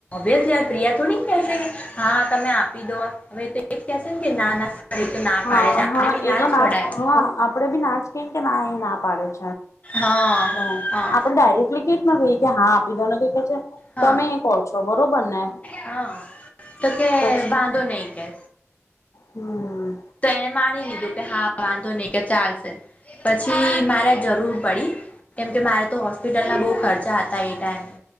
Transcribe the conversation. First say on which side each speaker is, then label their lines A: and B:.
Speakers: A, on the left; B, on the left.
A: બેસ યાર પ્રિયા થોડી કેહેશે હા તમે આપી દો હવે તો એ જ કેહેશે ને કે ના ના સર એ તો ના
B: હા
A: પાડે છે આપણે
B: હા
A: બી
B: એ તો
A: જ
B: ના
A: પડાય
B: હ આપડે બી નાચ કે કે ના એ ના પાડે છે અ
A: હા
B: તો
A: હા
B: આપણે ડાયરેક્ટલી કે કહી કે હા આપી દો ને ક છે
A: હા
B: તમે એ કહો છો બસ બરોબર ને
A: હા કે
B: તો પછી
A: વાંધો નહી કે
B: હમ
A: તો એને માની લીધું કે હા વાંધો નહી કે ચાલશે પછી મારા જરૂર પડી કેમ કે મારે તો હોસ્પિટલના બહુ ખર્ચા હતા એ ટાઈમે